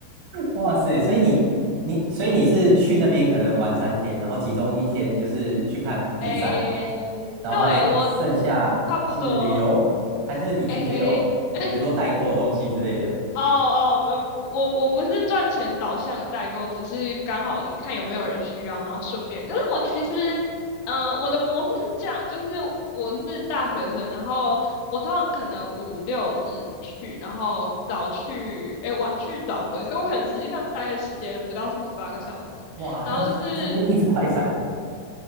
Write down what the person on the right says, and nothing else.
哇塞，所以你你所以你是去那边可能玩三天，然后其中一天就是去看比赛，
然后剩剩下是旅游，
还是你其实有有比如说代购东西之类的？
哇，
那这就一直快闪